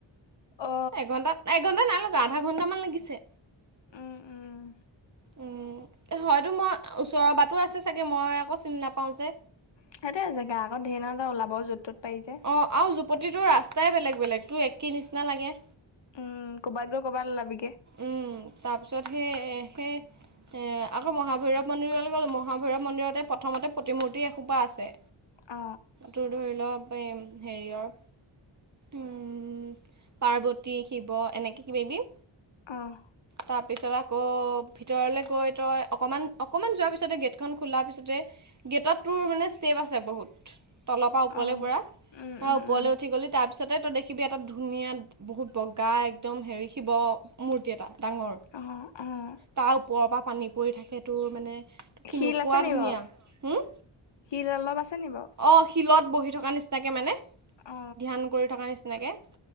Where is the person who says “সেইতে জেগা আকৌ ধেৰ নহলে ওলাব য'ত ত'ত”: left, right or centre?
Left